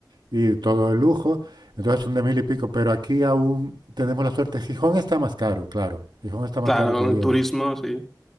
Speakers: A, on the right; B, in the centre.
A: y todo de lujo. Entonces son de mil y pico. Pero aquí aún tenemos la suerte. Gijón está más caro, claro. Gijón está más
B: Claro,
A: caro que Oviedo.
B: el turismo, sí.